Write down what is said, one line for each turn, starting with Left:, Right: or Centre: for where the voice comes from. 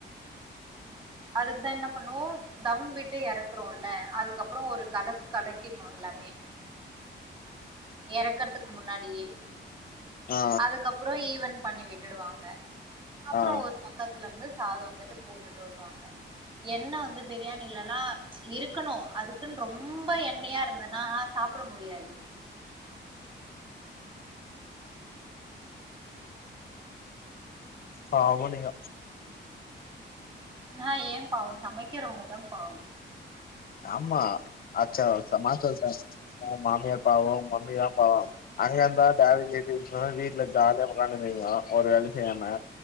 Right: அதுக்தா என்ன பண்ணு தம் விட்டு எறக்குறோல்ல அதுக்கப்புரோ ஒரு கலக்கு கலக்கிட் நோன் லமே எறக்கர்துக் முன்னாடியே
Left: ஆ
Right: அதுக்கப்புரோ ஈவன் பண்ணி விட்டுடுவாங்க அப்புறொ
Left: ஆ
Right: ஒரு பக்கத்துலர்ந்து சாது வந்துட்டு போட்டுட்டு வருவாங்க எண்ண வந்து பிரியாணிலலா இருக்கணு அதுக்குன் ரொம்ப எண்ணியா இருந்துனா அ சாப்புட முடியாது
Left: பாவொ நீங்க
Right: நா ஏ பாவொ சமக்கிரவ்ங்க தா பாவொ
Left: ஆமா அச்சாஓச மாஸ்டோச ஓ மாமியார் பாவோ ஓ மம்மி தா பாவொ அங்க இர்ந்தா காலைலே எந்திப்ப வீட்ல ஜால்யா ஒக்காந்திந்திங்கோ ஒரு வேல்யு செய்யாம